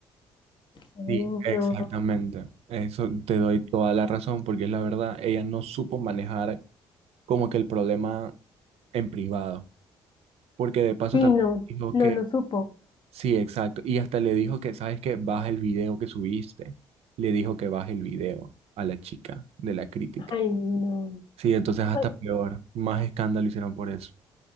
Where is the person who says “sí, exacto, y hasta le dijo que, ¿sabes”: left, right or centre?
Right